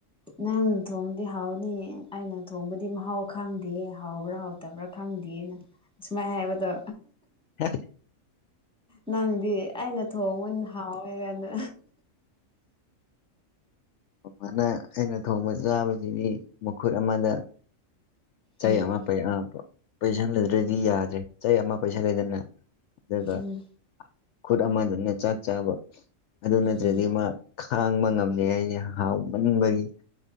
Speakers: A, in the centre; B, on the left.
A: ꯅꯪ ꯊꯣꯡꯕꯗꯤ ꯍꯥꯎꯅꯤꯌꯦ ꯑꯩꯅ ꯊꯣꯡꯕꯗꯤ ꯃꯍꯥꯎ ꯈꯪꯗꯦꯌꯦ ꯍꯥꯎꯕ꯭ꯔꯥ ꯍꯥꯎ ꯐꯠꯇꯕ꯭ꯔꯥ ꯈꯪꯗꯦꯅ ꯑꯁꯨꯃꯥꯏ ꯍꯥꯏꯕꯗꯣ꯫
B: ꯍꯥ
A: ꯅꯪꯗꯤ ꯑꯩꯅ ꯊꯣꯡꯕ ꯑꯣꯏꯅ ꯍꯥꯎꯋꯦ ꯀꯥꯏꯅ
B: ꯑꯗꯨꯃꯅ ꯑꯩꯅ ꯊꯣꯡꯕ ꯆꯥꯕꯁꯤꯗꯤ ꯃꯈꯨꯠ ꯑꯃꯗ ꯆꯩꯃꯄ
A: ꯎꯝ
B: <unintelligible> ꯄꯩꯁꯟꯂꯨꯗ꯭ꯔꯗꯤ ꯌꯥꯗ꯭ꯔꯦ ꯆꯥꯍꯤ ꯑꯃ ꯄꯩꯁꯟꯂꯦꯗꯅ ꯑꯗꯨꯒ
A: ꯎꯝ
B: ꯈꯨꯠ ꯑꯃꯗꯅ ꯆꯥꯛ ꯆꯥꯕ꯫ ꯑꯗꯨ ꯅꯠꯇ꯭ꯔꯗꯤ
A: ꯎꯝ
B: ꯃꯥ ꯈꯥꯡꯕ ꯉꯝꯗꯦ ꯍꯥꯏꯌꯦ ꯍꯥꯎꯃꯟꯕꯒꯤ